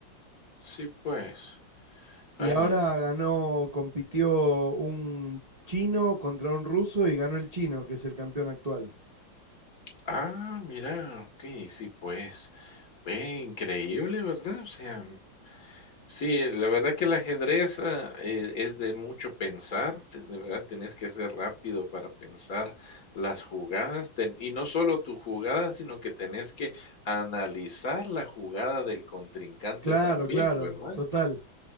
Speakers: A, on the left; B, on the right.
A: sí, pues. Ay.
B: Y ahora ganó, compitió un chino contra un ruso y ganó el chino, que es el campeón actual.
A: Ah, mira, ok, sí, pues, ve, increíble, ¿verdad? O sea, sí, la verdad que el ajedrez ah, eh, es de mucho pensar, te- de verdad, tenés que ser rápido para pensar las jugadas, ten- y no solo tu jugada, sino que tenés que analizar la jugada del contrincante
B: Claro,
A: también,
B: claro,
A: ¿verdad?
B: total.